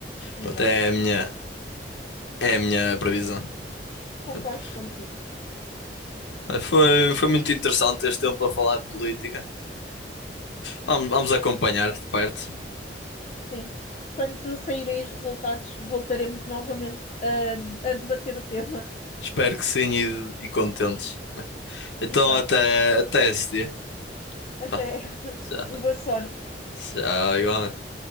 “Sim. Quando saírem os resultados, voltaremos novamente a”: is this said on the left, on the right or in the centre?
Left